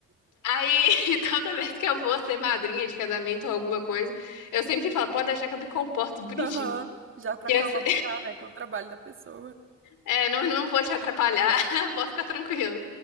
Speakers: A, on the left (about 80°); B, on the right (about 45°).
A: Aí, <laughs> toda vez que eu vou ser madrinha de casamento ou alguma coisa, eu sempre falo, pode deixar que eu me comporto bonitinho.
B: aham. Já pra
A: Que
B: colaborar,
A: eu, se-
B: né, com o trabalho da pessoa.
A: <laughs> é, não, não vou te atrapalhar, <laughs> pode ficar tranquilo.